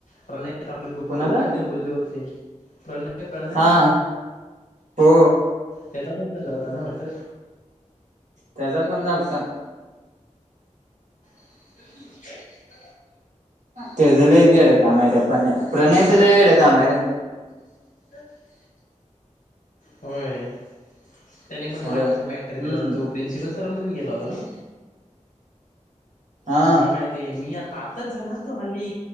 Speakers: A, on the left (about 85°); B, on the right (about 70°).
A: प्रणय आपल्या ग्रुप
B: कोणाचा
A: वर बघ काय तरी बोलले होते. प्रणय
B: हा हो.
A: त्याचा पण चाल्ला होता ना मॅटर.
B: त्याचा पण झालता.
A: <unintelligible>
B: त्याच लय वेड काम हाय त्या पण प्रणयच लय वेड काम हाय र.
A: <unintelligible> होय त्याने पण
B: हॅलो
A: मागे
B: हम्म
A: तो मॅटर केला तर तो प्रिन्सिपल <unintelligible> म्हणून गेला होता ना.
B: हा
A: मग काय ते मी आता आतच झाला ना तो हल्ली